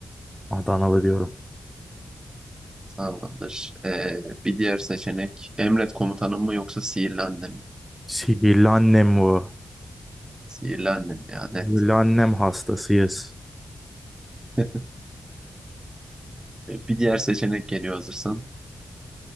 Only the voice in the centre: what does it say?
Adanalı diyorum.
Sihirli annem bu.
Sihirli annem hastasıyız.